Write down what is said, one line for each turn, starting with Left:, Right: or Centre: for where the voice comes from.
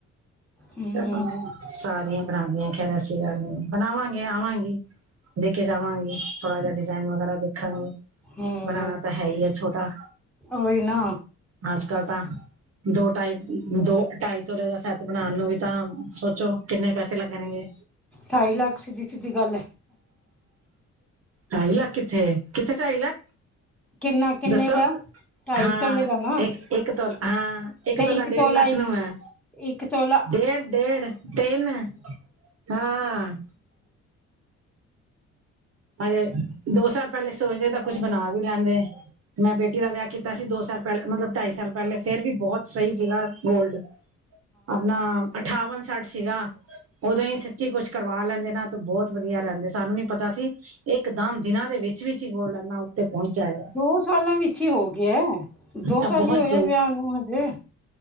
Centre: ਹੂੰ
Right: ਚਲੋ ਸਾਰੀਆਂ ਈ ਬਣਾਦੀਆਂ ਖੈਰ ਐਸੀਂ ਗੱਲ ਨੀ ਬਣਾਵਾਂਗੇ ਆਵਾਂਗੀ। ਦੇ ਕੇ ਜਾਵਾਂਗੀ ਥੋੜਾ ਜੇਆ ਡਿਜ਼ਾਇਨ ਵਗੈਰਾ ਦੇਖਾਂਗੀ।
Centre: ਹੂੰ
Right: ਬਣਾਣਾ ਤਾਂ ਹੈ ਹੀ ਐ ਛੋਟਾ
Centre: ਉਹੀ ਨਾ
Right: ਅੱਜ-ਕੱਲ ਤਾਂ ਦੋ-ਢਾਈ ਦੋ ਢਾਈ ਤੋਲੇ ਦਾ ਸੈਤ ਬਣਾਣ ਨੂੰ ਵੀ ਤਾਂ ਸੋਚੋ ਕਿੰਨੇ ਪੈਸੇ ਲੱਗਣਗੇ।
Centre: ਢਾਈ ਲੱਖ ਸਿੱਧੀ-ਸਿੱਧੀ ਗੱਲ ਐ।
Right: ਢਾਈ ਲੱਖ ਕਿੱਥੇ, ਕਿੱਥੇ ਭਾਈ ਲੱਖ
Centre: ਕਿੰਨਾ ਕਿੰਨੇ
Right: ਦੱਸੋ
Centre: ਦਾ? ਢਾਈ
Right: ਹਾਂ
Centre: ਤੋਲੇ ਦਾ ਨਾ
Right: ਏਕ ਇੱਕ ਤੋਲਾ ਹਾਂ ਏਕ
Centre: ਤੇ
Right: ਤੋਲਾ
Centre: ਇੱਕ
Right: ਡੇਢ ਲੱਖ
Centre: ਇੱਕ
Right: ਨੂੰ ਐ।
Centre: ਇੱਕ ਤੋਲਾ
Right: ਡੇਢ-ਡੇਢ ਤੇੰਨ ਹਾਂ। ਹਜੇ ਦੋ ਸਾਲ ਪੈਲੇ ਸੋਚਦੇ ਤਾਂ ਕੁਛ ਬਣਾ ਵੀ ਲੈਂਦੇ ਮੈਂ ਬੇਟੀ ਦਾ ਵਿਆਹ ਕੀ ਤਾਂ ਅਸੀਂ ਦੋ ਸਾਲ ਪੈਲੇ ਮਤਲਬ ਢਾਈ ਸਾਲ ਪੈਲੇ ਫੇਰ ਵੀ ਬੋਹਤ ਸਈ ਸੀਗਾ ਗੋਲਡ। ਅਪਣਾ ਅਠਾਵਨ ਸੱਠ ਸੀਗਾ। ਓਦੋਂ ਈ ਸੱਚੀ ਕੁਛ ਕਰਵਾ ਲੈਂਦੇ ਨਾ ਤੇ ਬੋਹਤ ਵਧੀਆ ਰੈੰਦੇ ਸਾਨੂੰ ਨੀ ਪਤਾ ਸੀ ਇਕਦਮ ਦਿਨਾਂ ਦੇ ਵਿੱਚ-ਵਿੱਚ ਈ ਗੋਲਡ ਏਨਾ ਉੱਤੇ ਪਹੁੰਚ ਜਾਏਗਾ
Centre: ਦੋ ਸਾਲਾਂ ਵਿੱਚ ਈ ਹੋ ਗਿਆ ਦੋ
Right: ਇਹ
Centre: ਸਾਲ
Right: ਬਹੁਤ
Centre: ਈ ਹੋਏ ਵਿਆਹ ਨੂੰ ਹਜੇ